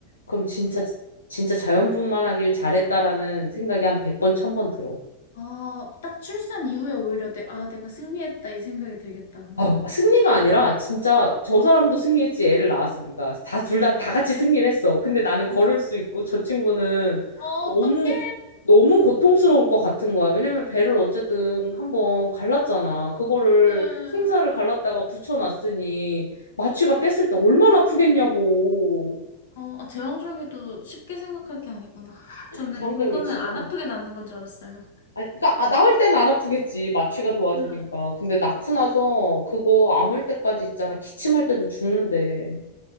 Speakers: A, on the left; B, on the left.
A: 그럼 진짜 진짜 자연분만하길 잘했다라는 생각이 한 백번 천번 들어.
B: 아, 딱 출산 이후에 오히려 내, 아, 내가 승리했다 이 생각이 들겠다, 그러면.
A: 아, 승리가 아니라 진짜 저 사람도 승리했지 애를 낳았으니까 다 둘
B: 네,
A: 다 다 같이 승리를 했어. 근데 나는
B: 네.
A: 걸을 수 있고 저 친구는
B: 어,
A: 너무
B: 어떡해.
A: 너무 고통스러울 것 같은 거야. 왜냐면 배를 어쨌든 한번 갈랐잖아. 그거를
B: 네.
A: 생사를 갈랐다가 붙여놨으니 마취가 깼을 때 얼마나 아프겠냐고.
B: 어, 아, 제왕절개도 쉽게 생각할 게 아니구나. <laughs> 저는
A: 장작이
B: 그거는
A: 진짜
B: 안 아프게 낫는 건 줄 알았어요.
A: 아니, 그러니까 아, 낳을 때는 안 아프겠지. 마취가 도와주니까.
B: 네.
A: 근데 낳고 나서 그거 아물 때까지 있잖아. 기침할 때도 죽는데.